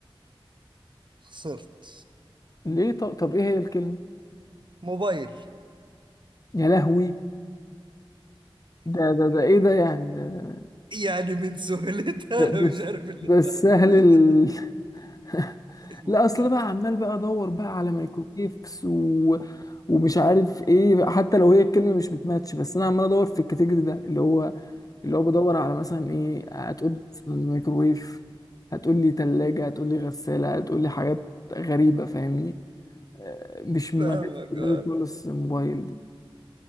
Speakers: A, on the right; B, on the left.
A: خسرت
B: ليه ط- طب ايه هي الكلمة
A: موبايل
B: يا لهوي ده ده ده ايه ده يعني ده
A: يعني من سهولتها
B: ده
A: انا
B: ده,
A: مش
B: الس-
A: عارف اللي
B: ده
A: انت
B: السهل
A: عملته
B: ال...
A: <laughs> ده.
B: <laughs>
A: المبتدأ
B: لا اصل بقى عمال بقى ادور بقى على مايكروويفز و... ومش عارف ايه حتى لو هي الكلمه مش بتماتش بس انا عمال ادور في الكاتيجوري ده اللي هو اللي هو بدور على مثلا ايه هتقول لي مثلا مايكروويف هتقول لي ثلاجه هتقول لي غساله هتقول لي حاجات غريبه فاهمني آه، مش ما
A: فاهمك
B: جاتش في دماغي
A: اه
B: خالص الموبايل دي